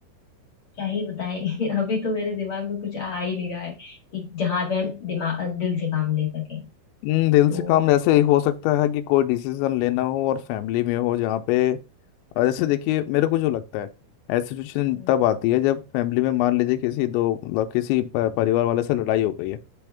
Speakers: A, on the left; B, on the left.
A: क्या ही बताएं <laughs> अभी तो मेरे दिमाग में कुछ आ ही नहीं रहा है कि जहाँ पे हम दिमाग दिल से काम ले सकें
B: हम्म, दिल
A: तो
B: से काम ऐसे ही हो सकता है कि कोई डिसीजन लेना हो और फैमिली में हो जहाँ पे और जैसे देखिए मेरे को जो लगता है ऐसी सिचुएशन
A: हम्म
B: तब आती है जब फैमिली में मान लीजिए किसी दो मतलब किसी प- परिवार वाले से लड़ाई हो गई है